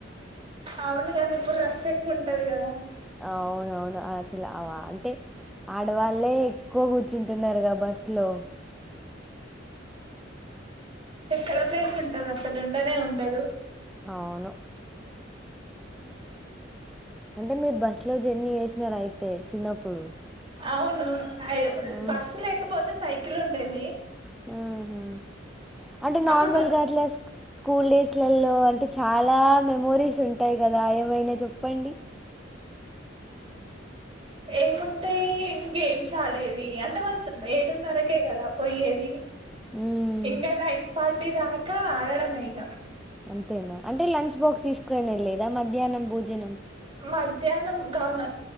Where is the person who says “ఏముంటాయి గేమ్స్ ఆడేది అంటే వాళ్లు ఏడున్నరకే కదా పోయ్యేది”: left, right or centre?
Right